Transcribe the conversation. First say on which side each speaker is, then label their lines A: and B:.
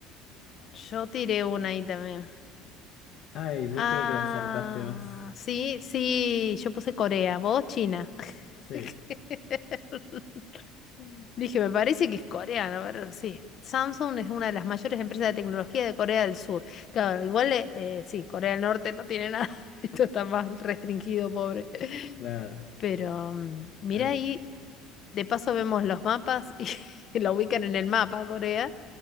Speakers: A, on the left (about 30°); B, on the left (about 45°).
A: yo tiré una ahí también.
B: Ay, vos
A: Ah,
B: creo que la acertaste más.
A: sí, sí, yo puse Corea, vos China.
B: Sí,
A: <laughs> Dije, me parece que es coreano, pero sí. Samsung es una de las mayores empresas de tecnología de Corea del Sur. Claro, igual, eh, eh, sí, Corea del Norte no tiene nada. <laughs> Esto está más restringido, pobre.
B: claro.
A: Pero mm, mira
B: Ahí,
A: ahí, De paso vemos los mapas y <laughs> la ubican en el mapa, Corea.